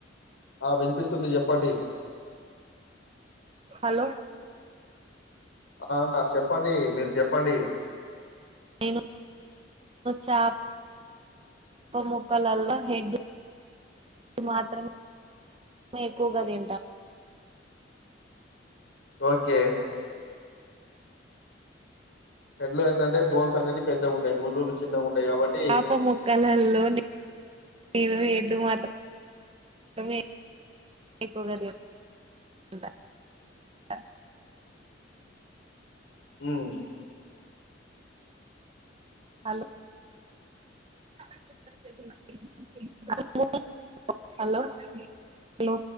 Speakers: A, on the left (about 85°); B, on the right (about 30°).
A: ఆ వినిపిస్తుంది చెప్పండి
B: హలో
A: ఆ చెప్పండి మీరు చెప్పండి
B: <unintelligible> చాప్ప ముక్కలల్లో హెడ్ ఇ మాత్రమే ఎక్కువగా తింటా
A: ఓకే హెడ్లో ఏంటంటే బోన్స్ అనేది పెద్దగా ఉంటాయి ముళ్ళులు చిన్నగా ఉంటాయి కాబట్టి
B: పాపముక్కలల్లోని ఏవో ఎడ్లు మాత్ మే ఎక్కువగ తింటా అ
A: ఉమ్
B: హలో <unintelligible> హలో హలో